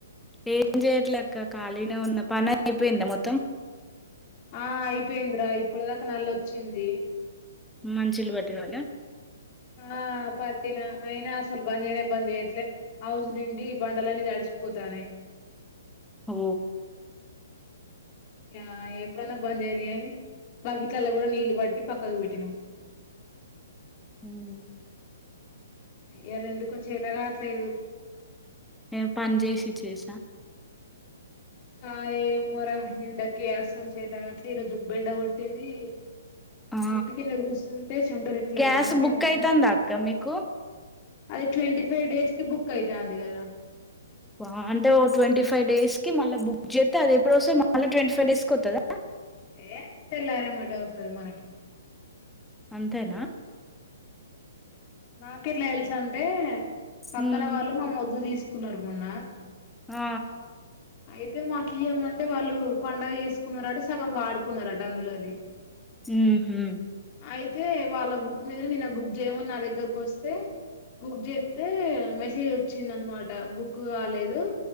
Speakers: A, in the centre; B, on the left.
A: ఏం చెయట్లేక్క ఖాళీనే ఉన్న పని అయిపోయింద మొత్తం
B: ఆ అయిపోయింద్ర ఇప్పు ఇప్పుడుదాకా నలొచ్చింది
A: మంచిలు పట్టినోనా
B: ఆ పట్టినా అయినా అసలు బంద్ చేయనే బంద్ చేయట్లే హౌజ్ నుండి బండలన్నీ తడిచిపోతానాయ్
A: ఓ
B: ఆ ఎప్పుడన్నా బందు కాని బగాట్లలా కూడా నీళ్లు పట్టి పక్కకు పెట్టినాము.
A: మ్
B: ఇయలా ఎందుకు చేత కావట్లేదు
A: ఏ పని చేేసి చేసా
B: ఆ ఏమెర ఎండకి అసలు చేయతాట్లే ఈరోజు బెండ గొట్టింది.
A: ఆ
B: చెట్టుకింద కూసుంటే చెమటలు ఇట్లా
A: గ్యాస్
B: గార్నయి
A: బుక్
B: అసలు
A: అయితందా అక్క మీకు
B: అది ట్వంటీఫైవ్ డేస్ కి బుక్ అయితాంది కదా
A: వా అంటే ఓ ట్వంటీఫైవ్ డేస్ కి మల్ల బుక్ చేస్తే అది ఎప్పుడు వస్తది మల్ల ట్వంటీడేస్ కి వత్తాదా.
B: ఏ తెల్లారేంబాటే వత్తాది మనకి.
A: అంతేనా
B: నా కేట్లా ఎల్సన్ టే పక్కన
A: ఉమ్,
B: వాళ్ళు మా వద్దు తీసు కునరు మొన్న
A: ఆ
B: అయితే మాకు ఏమంటే వాళ్ళు పండుగ చేసుకున్నార అట సగం వాడుకున్నారట అందులోది
A: ఉ హు
B: అయితే వాళ్ళ బుక్ <unintelligible> నిన్న బుక్ చేయమని నా దగ్గరకు వస్తే బుక్ జేత్తే మెసేజ్ వచ్చింది అనమాట బుక్ కాలేదు